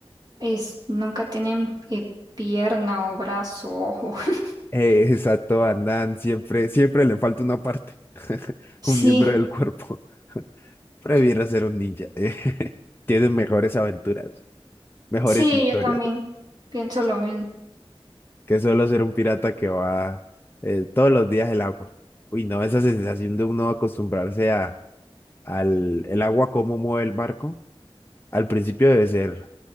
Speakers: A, on the right; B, on the left.
A: es- nunca tienen eh, pierna o brazo, ojo. <laughs>
B: Eh, exacto, andan, siempre, siempre le falta una parte, <laughs>
A: Sí,
B: un miembro del cuerpo. <laughs> Prefiero ser un ninja. eh. <laughs> Tienen mejores aventuras, mejores
A: sí,
B: historias,
A: yo también
B: eh,
A: pienso lo mismo.
B: que solo ser un pirata que va eh, todos los días el agua. Uy, no, esa sensación de uno acostumbrarse a al el agua, cómo mueve el barco, al principio debe ser